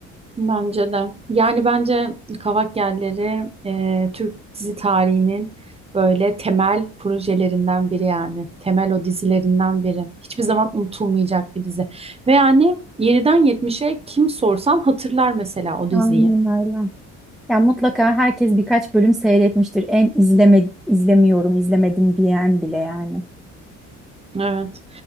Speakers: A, on the right (about 20°); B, in the centre.
A: Bence de. Yani bence kavak yerleri e, Türk dizi tarihinin böyle temel projelerinden biri yani. Temel o dizilerinden biri. Hiçbir zaman unutulmayacak bir dizi. Ve yani 7'den 70'e kim sorsam hatırlar mesela o diziyi.
B: Aynen öyle. Ya mutlaka herkes birkaç bölüm seyretmiştir. En izleme izlemiyorum, izlemedim diyen bile yani.
A: Evet.